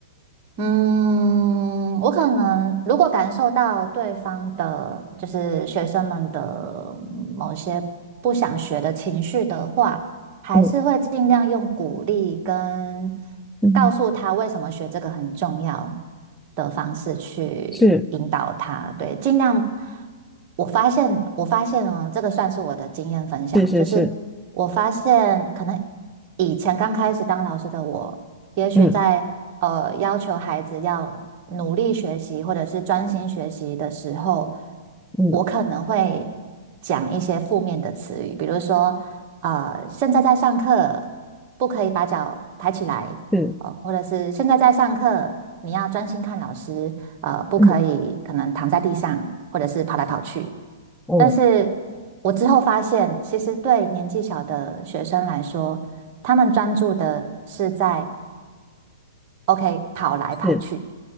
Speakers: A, on the right; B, in the centre.
A: 嗯，我可能如果感受到对方的，就是学生们的某些不想学的情绪的话。还是会尽量用鼓励跟
B: 嗯嗯，
A: 告诉他为什么学这个很重要的方式去引导他。
B: 是
A: 对，尽量。我发现，我发现哦，这个算是我的经验分享，
B: 是是是，
A: 就是我发现可能以前刚开始当老师的我，也许在呃要求孩子要努力学习或者是专心学习的时候，
B: 嗯嗯
A: 我可能会讲一些负面的词语，比如说。呃，现在在上课，不可以把脚抬起来，
B: 是。
A: 呃，或者是现在在上课，你要专心看老师，呃，不可以可能躺在地上，
B: 嗯
A: 或者是跑来跑去。
B: 哦，
A: 但是我之后发现，其实对年纪小的学生来说，他们专注的是在 OK 跑来跑去，
B: 是